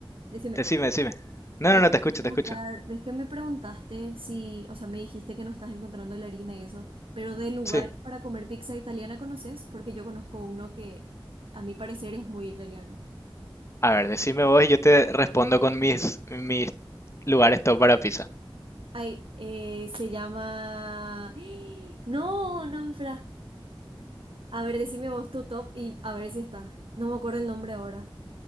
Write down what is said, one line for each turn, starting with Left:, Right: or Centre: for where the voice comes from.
Right: decime.
Left: Decime, decime. No,
Right: Yo
Left: no, no,
Right: te
Left: te escucho,
Right: iba a preguntar,
Left: te escucho.
Right: ves que me preguntaste si, o sea, me dijiste que no estás encontrando la harina y eso, pero de lugares
Left: Sí.
Right: para comer pizza italiana conoces, porque yo conozco uno que a mi parecer es muy italiano.
Left: A ver, decime vos y yo te respondo con mis, mis lugares top para pizza.
Right: Ay, eh, se llama... <gasps> No, no me espera. A ver, decime vos tu top y a ver si está. No me acuerdo el nombre ahora.